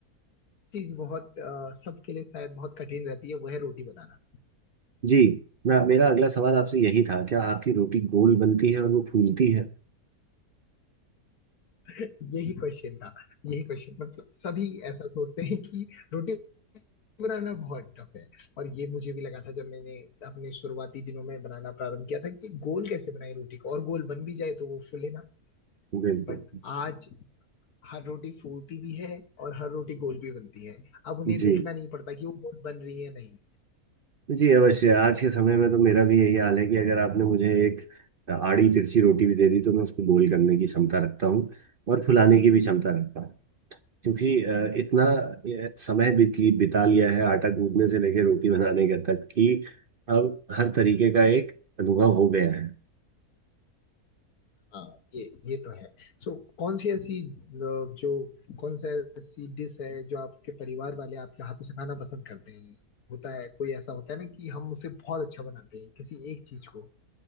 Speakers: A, on the left (about 75°); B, on the right (about 50°).
A: चीज बहुत अ, सबके लिए शायद बहुत कठिन रहती है वो है रोटी बनाना
B: जी ना मेरा अगला सवाल आपसे यही था क्या आपकी रोटी गोल बनती है और वो फूलती है
A: यही क्वेश्चन था यही क्वेश्चन मतलब सभी ऐसा सोचते हैं कि रोटी बनाना बहुत टफ है और ये मुझे भी लगा था जब मैंने अपने शुरुआती दिनों में बनाना प्रारंभ किया था कि गोल कैसे बनाए रोटी को और गोल बन भी जाए तो वो फूले ना
B: बिल्कुल
A: बट आज हर रोटी फूलती भी है और हर रोटी गोल भी बनती है अब उन्हें
B: जी
A: देखना नहीं पड़ता कि वो गोल बन रही है नहीं
B: जी अवश्य आज के समय में तो मेरा भी यही हाल है कि अगर आपने मुझे एक आड़ी तिरछी रोटी भी दे दी तो मैं उसको गोल करने की क्षमता रखता हूँ और फुलाने की भी क्षमता रखता हूँ क्योंकि अ, इतना अ, समय बीत ली- बिता लिया है आटा गूंदने से लेकर रोटी बनाने का तक कि अब हर तरीके का एक अनुभव हो गया है
A: हाँ ये ये तो है सो so, कौन सी ऐसी अ, जो कौन सा ऐसी डिश है जो आपके परिवार वाले आपके हाथों से खाना पसंद करते हैं होता है कोई ऐसा होता है ना कि हम उसे बहुत अच्छा बनाते हैं किसी एक चीज को